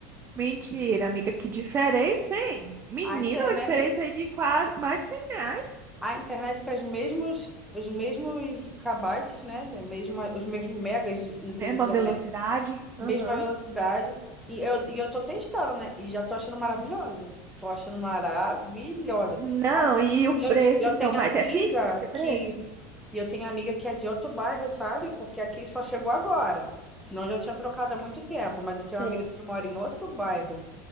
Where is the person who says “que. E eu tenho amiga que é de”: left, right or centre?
Centre